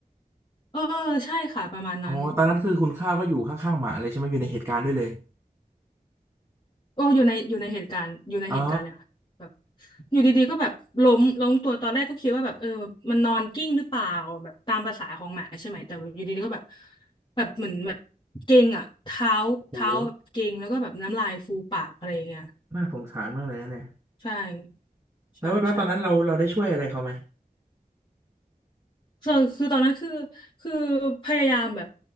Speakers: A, on the left; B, on the right.
A: เออใช่ค่ะประมาณนั้น
B: อ๋อตอนนั้นคือคุณข้าก็อยู่ข้างๆหมาเลยใช่ไหมอยู่ในเหตุการณ์ด้วยเลย
A: โอ้อยู่ในอยู่ในเหตุการณ์อยู่ในเหตุการณ์เลยค่ะแบบ
B: อ๋อ
A: อยู่ดีๆก็แบบล้มล้มตัวตอนแรกก็คิดว่าแบบเออมันนอนกิ้งหรือเปล่าแบบตามประสาของหมาใช่ไหมแต่ว่าอยู่ดีๆก็แบบแบบเหมือนแบบเก่งอ่ะเท้าเท้าแบบเก่งแล้วก็แบบน้ำลายฟูปากอะไรอย่างเงี้ย
B: โหน่าสงสารมากเลยนะเนี่ย
A: ใช่ใช่ใช่
B: แล้วแล้วตอนนั้นเราเราได้ช่วยอะไรเขาไหม
A: ส่วนคือตอนนั้นคือคือพยายามแบบ